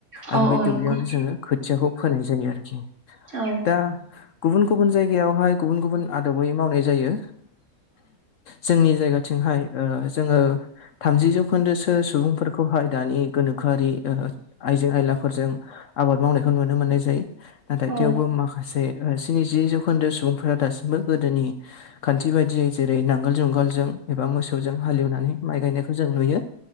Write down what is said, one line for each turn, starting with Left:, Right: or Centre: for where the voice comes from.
Right: औ
Left: आरो बे
Right: औ
Left: दुब्लियावनो
Right: नंगौ
Left: जोङो खोथियाखौ फोनाय जायो आरोखि।
Right: औ
Left: दा गुबुन- गुबुन जायगायावहाय गुबुन- गुबुन आदबै मावनाय जायो। जोंनि जायगाथिंहाय जोङो थामजि जौखोन्दोसो सुबुंफोरखौहाय दानि गोनोखोआरि आइजें आयलाफोरजों आबाद मावनायखौ नुनो मोननाय जायो। नाथाय
Right: औ
Left: थेवबो माखासे स्निजि जौखोन्दो सुबुंफोरा दासिमबो गोदोनि खान्थि बायदियै जेरै नांगोल जुंगालजों एबा मोसौजों हालेवनानै माइ गायनायखौ जों नुयो।